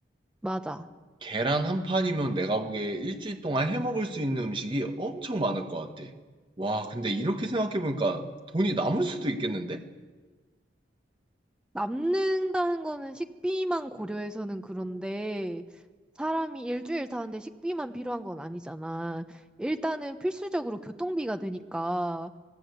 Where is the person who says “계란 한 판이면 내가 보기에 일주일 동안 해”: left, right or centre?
Right